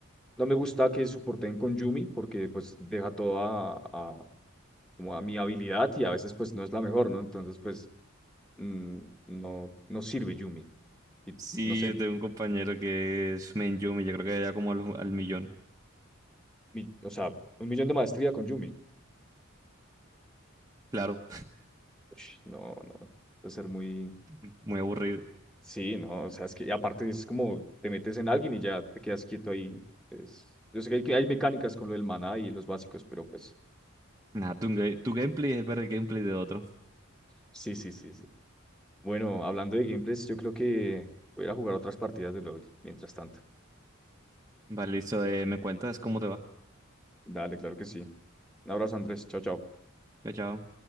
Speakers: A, in the centre; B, on the right.
A: no me gusta que soporten con Yumi porque pues deja todo a, a- como a mi habilidad y a veces pues no es la mejor, ¿no? Entonces pues mm, no, no sirve Yumi. Y
B: Sí,
A: no sé,
B: yo tengo un compañero que es main Yuumi, yo creo que ya como al, al millón.
A: mi- o sea, un millón de maestría con Yumi.
B: Claro,
A: Ush, no, no, debe ser muy...
B: <laughs> muy aburrido.
A: Sí, no, o sea, es que y aparte es como te metes en alguien y ya te quedas quieto ahí. Es... Yo sé que hay, que hay mecánicas con lo del maná y los básicos, pero pues
B: Nada, tu, ga- tu gameplay es ver el gameplay de otro.
A: sí, sí, sí, sí. Bueno, hablando de gameplays, yo creo que voy a ir a jugar otras partidas de LOL mientras tanto.
B: Vale, listo, eh, me cuentas cómo te va.
A: Dale, claro que sí. Un abrazo, Andrés. Chao, chao.
B: Chao, chao.